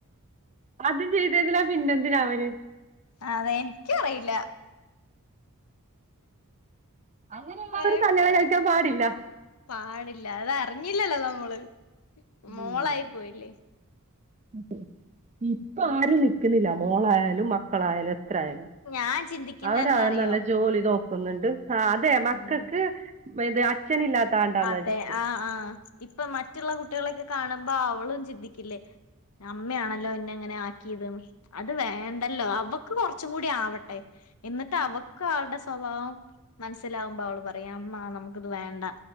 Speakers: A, on the right; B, on the left.
A: അത് ചെയ്തതന്നില്ല പിന്നെന്തിനാ അവര്
B: ആ അതെ എനിക്ക അറിയില്ല
A: അങ്ങനെ
B: ഏഹ്
A: കല്യാണം കഴിക്കാൻ പാടില്ല
B: പാടില്ല അതാ ഞ്ഞില്ലല്ലോ നമ്മള് മോളായി
A: ഉം
B: പോയില്ലേ
A: <inaudible> ഇപ്പൊ ആരും ന്നില്ല മോളായാലും മക്കളായാലും
B: ഞാൻ ചിന്തിക്കുന്ന
A: അവര
B: എന്താ അറിയോ
A: നല്ല ജോലി നോക്ക ക്കുന്നുണ്ട് ആഹ അതെ മക്കൾക്ക്
B: ഉം
A: ഇത് അച്ഛന ഇല്ലാത്താണ്ടാന്ന്
B: അതെ
A: വെച്ചിട്ട്
B: ആഹ് ആഹ് ഇപ്പൊ മറ്റുള്ള കുട്ടികളൊക്കെ കാണുമ്പോ അവളും ചിന്തിക്കില്ലേ അമ്മയാണല്ലോ എന്നെ അങ്ങനെ ആക്കിയത് അത് വേണ്ടല്ലോ അവക്ക് കൊറച്ചും കൂടി ആവട്ടെ എന്നിട്ട് അവക്ക് അവളടെ സ്വഭാവം മനസ്സിലാവുമ്പോ അവള് പറയാ അമ്മ നമുക്ക് ഇത് വേണ്ട,